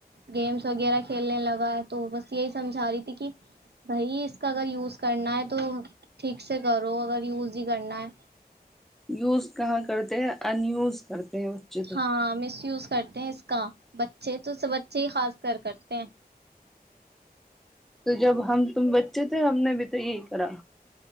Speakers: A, on the right; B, in the centre.
A: گیمس وغیرہ کھیلنے لگا ہے تو بس یہی سمجھا رہی تھی کہ بھائی اس کا اگر یوز کرنا ہے تو ٹھیک سے کرو اگر یوز ہی کرنا ہے
B: یوز کہاں کرتے ہیں ان یوز کرتے ہیں بچے
A: ہاں
B: تو
A: مس یوز کرتے ہیں اس کا بچے تو سب بچے ہی خاص کر کرتے ہیں
B: تو جب ہم تم بچے تھے ہم نے بھی تو یہی کرا